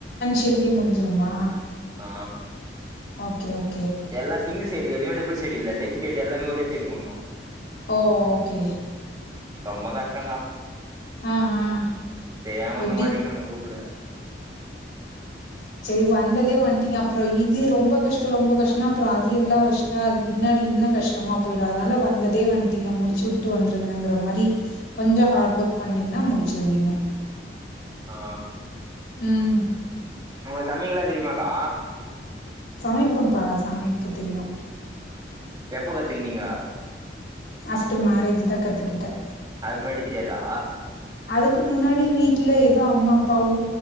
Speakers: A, on the left (about 70°); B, on the right (about 20°).
A: யர்லியே முடிஞ்சிருமா
B: ஆ
A: ஓகே ஓக்
B: எல்லா சிங்கிள் சைடு எதுமே டபுள் சைடு இல்ல டெங்டேடு எல்லாமே ஒரே சைடு பண்ணு
A: ஹோ ஓகே
B: ரொம்ப கஷ்டங் கா
A: ம் ம்
B: தெரியாம வந்து
A: எப்டி
B: மாட்டிக்கின அந்த குரூப்ல
A: செரி வந்ததே வன்ட்டீங்க அப்றோ இது ரொம்ப கஷ்டோ ரொம்ப கஷ்டோனா அப்றோ அரியர்லா வச்ட்டா அது பின்னாடி இன்னு கஷ்டமா போயிடு அதனால வந்ததே வன்டீங்க முடிச்சுவுட்டு வந்துருங்கங்கிற மாரி கொஞ்சோ ஹார்ட் ஒர்க் பண்ணீங்னா முடிச்சிருவீங்க
B: ஆ
A: ம்
B: உங்கள் சமிக்கெல்லா தெரியுமாக்கா
A: சமைப்பேம்ப்பா சமைக்க தெரியு
B: எப்ப கத்துக்குனீங்க
A: ஆஃப்டர் மேரேஜு தா கத்துக்கிட்ட
B: அதுக் முன்னாடி தெரியாதா
A: அதுக்கு முன்னாடி வீட்ல எதோ அம்மா அப்பாவு